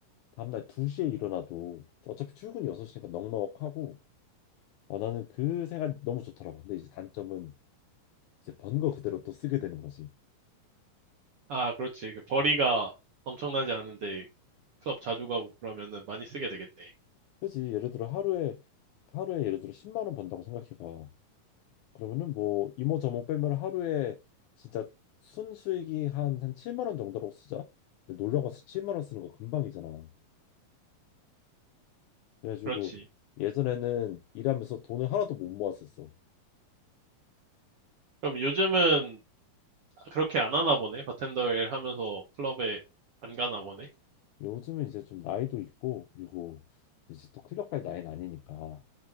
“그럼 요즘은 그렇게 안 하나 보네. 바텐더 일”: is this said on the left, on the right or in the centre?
Right